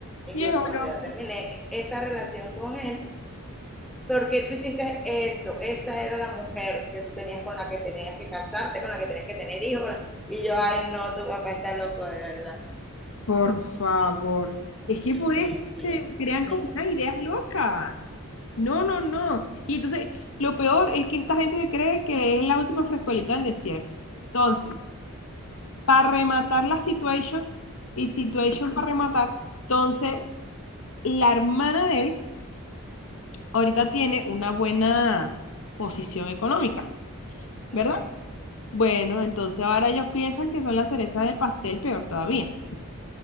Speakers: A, in the centre; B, on the left.
A: Incluso
B: viejo
A: cuando
B: loco.
A: ya terminé esa relación con él, ¿por qué tú hiciste eso? Esa era la mujer que tú tenías con la que tenías que casarte, con la que tenías que tener hijos. Y yo, ay, no, tu papá está loco, de verdad.
B: Por favor. Es que por
A: Sí,
B: eso
A: sí.
B: se crean
A: Mi-
B: como unas ideas locas. No, no, no. Y entonces, lo peor es que esta gente cree que es la última frescolita del desierto. Entonces, para rematar la situation, y situation para rematar, entonces, la hermana de él ahorita tiene una buena posición económica,
A: ok.
B: ¿verdad? Bueno, entonces ahora ellos piensan que son la cereza del pastel, peor todavía.